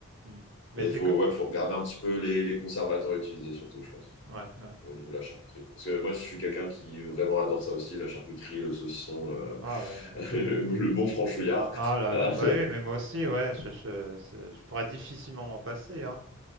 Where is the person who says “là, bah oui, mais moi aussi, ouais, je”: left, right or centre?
Right